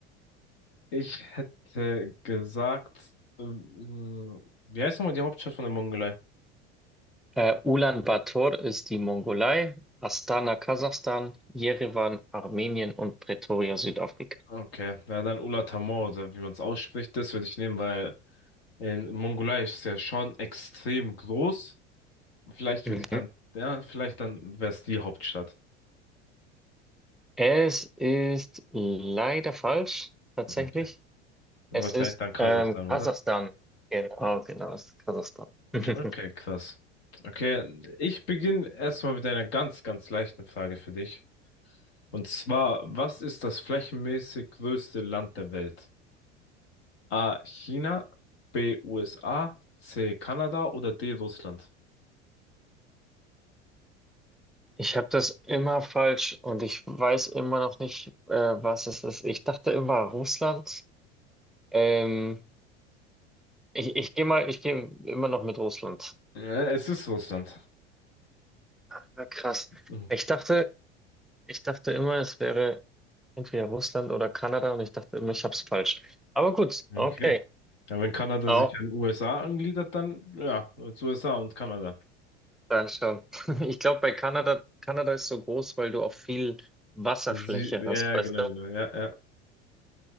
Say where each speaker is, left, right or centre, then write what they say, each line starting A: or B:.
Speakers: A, on the left (about 65°); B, in the centre.
A: Ich hätte gesagt, ähm, wie heißt nochmal die Hauptstadt von der Mongolei?
B: Äh, Ulaanbaatar ist die Mongolei, Astana Kasachstan, Jerewan Armenien und Pretoria Südafrika.
A: Okay, ja, dann Ulaanbaatar oder wie man es ausspricht, das würde ich nehmen, weil in Mongolei ist es ja schon extrem groß. Vielleicht
B: Mhm.
A: würde ich dann, ja, vielleicht dann wäre es die Hauptstadt.
B: Es ist leider falsch, tatsächlich.
A: Okay. Wahrscheinlich
B: Es ist
A: dann Kasachstan,
B: ähm, Kasachstan.
A: oder?
B: Genau, genau, es ist Kasachstan. <laughs>
A: Okay, krass. Okay, ich beginne erstmal mit einer ganz, ganz leichten Frage für dich. Und zwar, was ist das flächenmäßig größte Land der Welt? A. China, B. USA, C. Kanada oder D. Russland?
B: Ich habe das immer falsch und ich weiß immer noch nicht, äh, was es ist. Ich dachte immer Russland. Ähm, ich ich gehe mal, ich gehe immer noch mit Russland.
A: Ja, es ist Russland.
B: Ah, krass.
A: Mhm.
B: Ich dachte, ich dachte immer, es wäre entweder Russland oder Kanada und ich dachte immer, ich hab's falsch. Aber gut,
A: Okay.
B: okay.
A: Ja, wenn Kanada
B: Auch
A: sich an USA angliedert, dann ja, jetzt USA und Kanada.
B: dann schon. <laughs> Ich glaube, bei Kanada, Kanada ist so groß, weil du auch viel Wasserfläche
A: Sie, ja,
B: hast, weißt
A: genau,
B: du?
A: genau, ja, ja.